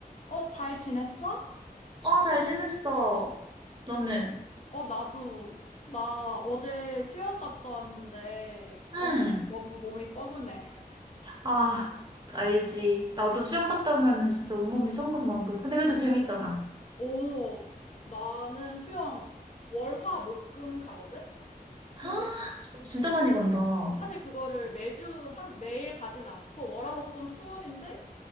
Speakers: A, on the left; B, on the right.
A: 어, 잘 지냈어?
B: 어, 잘 지냈어. 너는?
A: 어, 나도. 나 어제 수영 갔다 왔는데, 아,
B: 응.
A: 너무 몸이 뻐근해.
B: 아, 알지. 나도 수영 갔다 오면은 진짜 온몸이 천근만근. 근데 그래도 재밌잖아.
A: 오, 나는 수영 월, 화, 목, 금 가거든? 근데
B: 아, 너 진짜 많이 간다. 어.
A: 사실 그거를 매주, 한, 매일 가진 않고, 월, 화, 목, 금 수업인데,